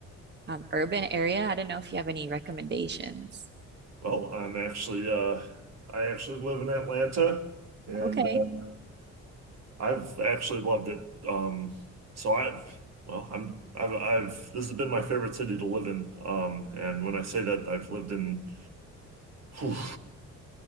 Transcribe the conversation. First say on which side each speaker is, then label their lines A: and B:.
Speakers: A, on the right; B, on the right.
A: um, urban area. I don't know if you have any recommendations.
B: Well, I'm actually uh I actually live in Atlanta and
A: Okay.
B: um, I've actually loved it. Um so I've well, I'm I've I've this has been my favorite city to live in. Um and when I say that I've lived in whew,